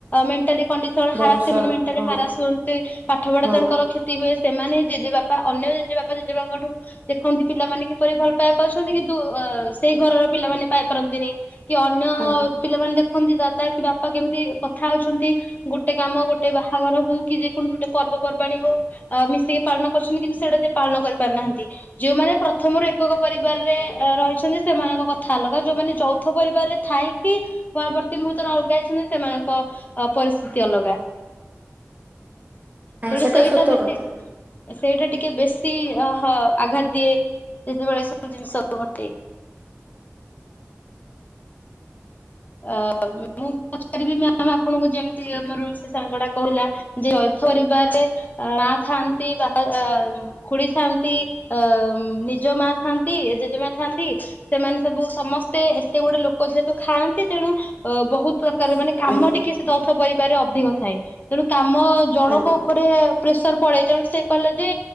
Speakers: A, on the left; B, on the right.
A: ମେଣ୍ଟାଲି କଣ୍ଡି <unintelligible> ହାରାସ
B: ଭବିଷ୍ୟ
A: ସେମାନେ ମେଣ୍ଟାଲି
B: ହଁ
A: ହାରାସ ହୁଅନ୍ତି ପାଠପଢା
B: ହଁ
A: ତାଙ୍କଙର କ୍ଷତି ହୁଏ। ସେମାନେ ଜେଜେ ବାପା ଅନ୍ୟ ଜେଜେ ବାପା ଜେଜେବାଙ୍କ ଠୁ ଦେଖନ୍ତି ପିଲାମାନେ କିପରି ଭଲ ପାଇବା ପାଉଛନ୍ତି କି ନ୍ତୁ ସେଇ
B: ଆଜ୍ଞା
A: ଘରର ପିଲାମାନେ ପାଇପାରନ୍ତିନି କି ଅନ୍ୟ
B: ଆଜ୍ଞା
A: ପିଲାମାନେ ଦେଖ ଖନ୍ତି ଦାଦା କି ବାପା କେମିତି କଥା ହଉଚନ୍ତି। ଗୋଟେ କାମ ଗୋଟେ ବାହାଘର ହଉ କି ଯେକୌଣସି ଗୋଟେ ପର୍ବପର୍ବାଣୀ ହଉ ଅ ମିଶିକି ପାଳନ କରୁଛନ୍ତି କିନ୍ତୁ ସେଇଟା ଯ ପାଳନ କରିପାରୁିନାହାନ୍ତି। ଯୋଉମାନେ ପ୍ରଥମରୁ ଏକକ ପରିବାରରେ ରହିଛନ୍ତି ସେମାନଙ୍କ କଥା ଅଲଗା ଯୋଉମାନେ ଚଉଥ ପରିବାରରେ ଥାଇକି ପରବର୍ତ୍ତୀ ମୁହୂର୍ତ୍ତରେ ଅଲଗ ହେଇଚନ୍ତି ସେମାନଙ୍କ ପରିସ୍ଥିତି ଅଲଗା।
B: ନାଇଁ
A: ତେଣୁ
B: ସେଟା
A: ସେଇଟା
B: ସତ
A: ବି
B: କଥା
A: ସେୀଠ ସେଇଟା ଟିକେ ବେଶୀ ଅହ ଆଘାତ ଦିଏ ଯେତେବେଳେ ସବୁ ଜିନିଷ ଘଟେ। ଅ ମୁଁ ପଚାରିବି ମ୍ୟାମ ଆପଣଙ୍କୁ ଯେମିତି ମୋର ସେ ସାଙ୍ଗ ଟା କହିଲା ଯେ ଅଇଥରିବାରରେ ମା ଥାଆନ୍ତି ବା ଖୁଡି ଥାନ୍ତି ଅ ନିଜ ମା ଥାଆନ୍ତି ଜେଜେମା ଥାଆନ୍ତି। ସେମାନେ ସବୁ ସମସ୍ତେ ଏତେ ଗୁଡେ ଲୋକ ଯେହେତୁ ଖାଆନ୍ତି ତେଣୁ ଅ ବହୁତ ପ୍ରକାର ମାନେ
B: ଆଜ୍ଞା
A: କାମ ଟିକେ ସେ ଦଥ ପରିବାରେ ଅଧିକ ଥାଏ। ତେଣୁ କାମ ଜଣଙ୍କ
B: ଆଜ୍ଞା
A: ଉପରେ ପ୍ରେସର ପଡେ। ତେଣୁ ସେ କହଲେ ଯେ